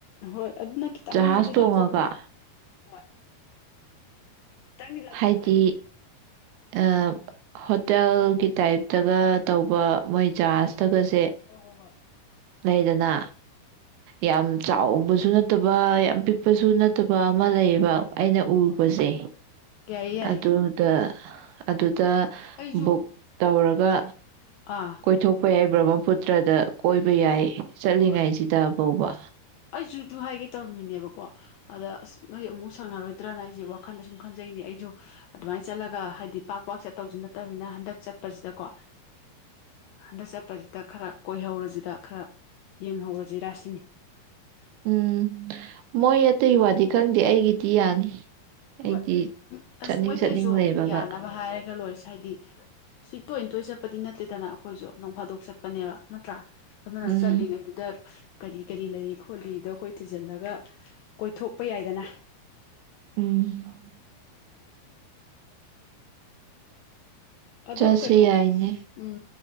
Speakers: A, on the left; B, on the right.
A: ꯍꯣꯏ ꯑꯗꯨꯅ ꯈꯤꯇꯪꯕꯨꯗꯤ
B: ꯖꯍꯥꯖ ꯇꯣꯡꯉꯒ
A: ꯂꯥꯞꯊꯣꯛꯈ꯭ꯔꯦ ꯍꯣꯏ ꯈꯤꯇꯪꯗꯤ ꯂꯥꯞꯊꯣꯛꯈ꯭ꯔꯦ
B: ꯍꯥꯏꯗꯤ
A: ꯑꯗꯨꯅ
B: ꯑ ꯍꯣꯇꯦꯜꯒꯤ ꯇꯥꯏꯞꯇꯒ ꯇꯧꯕ ꯃꯣꯏ ꯖꯍꯥꯖ ꯇꯒꯁꯦ
A: ꯍꯣꯏ ꯍꯣꯏ ꯍꯣꯏ
B: ꯂꯩꯗꯅ ꯌꯥꯝ ꯆꯥꯎꯕꯁꯨ ꯅꯠꯇꯕ ꯌꯥꯝ ꯄꯤꯛꯄꯁꯨ ꯅꯠꯇꯕ ꯑꯃ ꯂꯩꯌꯦꯕ ꯑꯩꯅ
A: ꯍꯣꯏ
B: ꯎꯕꯁꯦ
A: ꯍꯣꯏ ꯌꯥꯏꯌꯦ ꯌꯥꯏꯌꯦ
B: ꯑꯗꯨꯗ ꯑꯗꯨ ꯇ
A: ꯑꯩꯁꯨ
B: ꯕꯨꯛ ꯇꯧꯔ ꯕ
A: ꯑꯥ
B: ꯀꯣꯏ ꯊꯣꯛꯣꯛꯄ ꯌꯥꯏ ꯕ꯭ꯔ ꯐꯨꯇ꯭ꯔꯗ ꯀꯣꯏꯕ ꯌꯥꯏ ꯆꯠꯂꯤꯉꯩꯁꯤꯗ
A: ꯍꯣꯏ
B: ꯍꯧꯕ
A: ꯑꯩꯁꯨ ꯑꯗꯨ ꯍꯥꯏꯒꯦ ꯇꯧꯔꯝꯃꯤꯅꯦꯕꯀꯣ ꯑꯗ ꯑꯁ ꯅꯣꯏ ꯑꯃꯨꯛ ꯁꯪꯅꯔꯣꯏꯗ꯭ꯔꯥꯅ ꯑꯩꯁꯦ ꯋꯥꯈꯜꯗ ꯁꯨꯝ ꯈꯟꯖꯩꯅꯦ ꯑꯩꯁꯨ ꯑꯗꯨꯃꯥꯏꯅ ꯆꯠꯂꯒ ꯍꯥꯏ ꯗꯤ ꯄꯥꯛ ꯄꯥꯛ ꯆꯠꯇꯧꯁꯨ ꯅꯠꯇꯕꯅꯤꯅ ꯍꯟꯗꯛ ꯆꯠꯄꯁꯤꯗꯀꯣ ꯍꯟꯗꯛ ꯆꯠꯄꯁꯤꯗ ꯈꯔ ꯀꯣꯏꯍꯧꯔꯁꯤꯗ ꯈꯔ ꯌꯦꯡꯍꯧꯔꯁꯤꯔꯥꯁꯤꯅꯤ
B: ꯎꯝ ꯃꯣꯏ ꯑꯇꯩ ꯋꯥꯗꯤ ꯈꯪꯗꯦ ꯑꯩꯒꯤꯗꯤ ꯌꯥꯅꯤ
A: ꯍꯣꯏ
B: ꯑꯩꯗꯤ
A: ꯎꯝ
B: ꯆꯠꯅꯤꯡ
A: ꯑꯁ ꯃꯣꯏꯇꯩꯁꯨ
B: ꯆꯠꯅꯤꯡ ꯂꯩꯕꯒ
A: ꯌꯥꯅꯕ ꯍꯥꯏꯔꯒ ꯂꯣꯏꯔꯦꯁꯦ ꯍꯥꯏꯗꯤ ꯁꯤ ꯇꯣꯏꯅ ꯇꯣꯏꯅ ꯆꯠꯄꯗꯤ ꯅꯠꯇꯦꯗꯅ ꯑꯩꯈꯣꯏꯁꯨ ꯅꯣꯡ ꯐꯥꯗꯣꯛ ꯆꯠꯄꯅꯦꯕ ꯅꯠꯇ꯭ꯔꯥ ꯑꯗꯨꯅ
B: ꯎꯝ
A: ꯆꯠꯂꯤꯉꯩꯗꯨꯗ ꯀꯔꯤ ꯀꯔꯤ ꯂꯩ ꯈꯣꯂꯤꯗꯣ ꯑꯩꯈꯣꯏ ꯊꯤꯖꯤꯜꯂꯒ ꯀꯣꯏꯊꯣꯛꯄ ꯌꯥꯏꯗꯅ
B: ꯎꯝ
A: ꯑꯗꯣ
B: ꯆꯠꯁꯤ
A: ꯀꯩꯅꯣ
B: ꯌꯥꯏꯅꯦ
A: ꯎꯝ